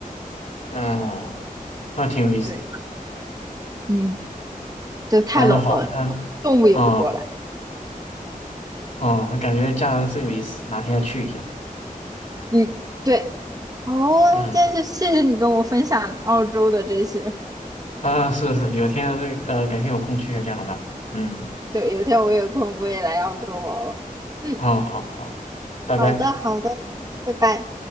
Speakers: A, on the left; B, on the right.
A: 嗯，那挺有意思。
B: 对，嗯，就太冷了，
A: 嗯，那好，那
B: 动动物也不过来。
A: 嗯嗯，那感觉加拿大真有意思，哪天要去一下。
B: 嗯，对。哦，
A: 嗯
B: 今天就谢谢你跟我分享澳洲的这些。
A: 啊，是是，有天呃改天有空去一下加拿大。嗯
B: 对，有一天我有空我也来澳洲玩玩。嗯，
A: 嗯，好好，拜拜。
B: 好的，好的，拜拜。